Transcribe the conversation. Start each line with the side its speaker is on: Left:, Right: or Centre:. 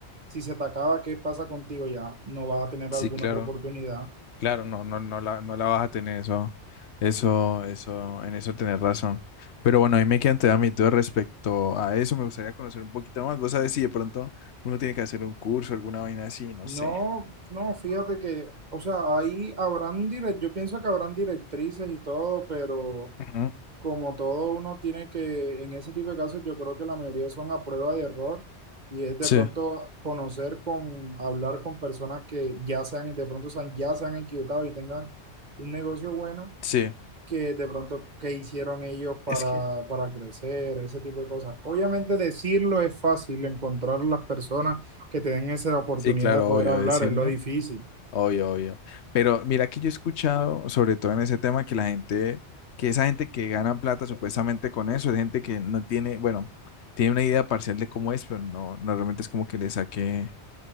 Right: si se te acaba, ¿qué pasa contigo ya? No vas a tener
Left: Sí,
Right: alguna
Left: claro.
Right: otra oportunidad.
Left: Claro, no, no, no la, no la vas a tener eso, eso, eso, en eso tenés razón. Pero bueno, ahí me quedan todavía mis dudas respecto a eso. Me gustaría conocer un poquito más. Vos sabés si de pronto uno tiene que hacer un curso, alguna vaina así, no
Right: No,
Left: sé.
Right: no, fíjate que, o sea, ahí habrán direct, yo pienso que habrán directrices y todo, pero
Left: Ujú.
Right: Como todo uno tiene que, en ese tipo de casos, yo creo que la mayoría son a prueba de error y es de
Left: Sí,
Right: pronto conocer con, hablar con personas que ya se han, de pronto se han- ya se han equivocado y tengan un negocio bueno,
Left: sí.
Right: que de pronto qué hicieron ellos para,
Left: Es que,
Right: para crecer, ese tipo de cosas. Obviamente decirlo es fácil, encontrar las personas que te den esa oportunidad
Left: sí, claro,
Right: de poder
Left: obvio
Right: hablar
Left: decirlo.
Right: es lo difícil.
Left: Obvio, obvio. Pero mira que yo he escuchado, sobre todo en ese tema, que la gente, que esa gente que gana plata supuestamente con eso, es gente que no tiene, bueno, tiene una idea parcial de cómo es, pero no, no realmente es como que le saque